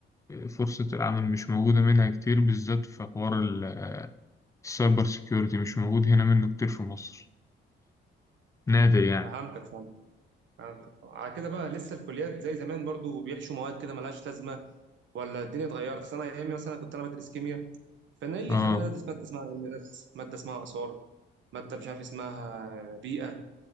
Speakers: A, on the left; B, on the right.
A: آه، فرصة العمل مش موجودة منها كتير بالذات في حوار ال- آه، السايبر سيكيورتي مش موجود هنا منه كتير في مصر نادر يعني
B: فهمتك فهمتك فهمت على كده بقى لسه الكليات زي زمان برضو بيحشوا مواد كده ملهاش لازمه ولا الدنيا اتغيرت أصل انا ايامي مثلا كنت انا بدرس كيمياء فانا ايه اللي
A: اه
B: يخلينا ندرس ماده اسمها علم نفس ماده اسمها اثار ماده مش عارف اسمها بيئه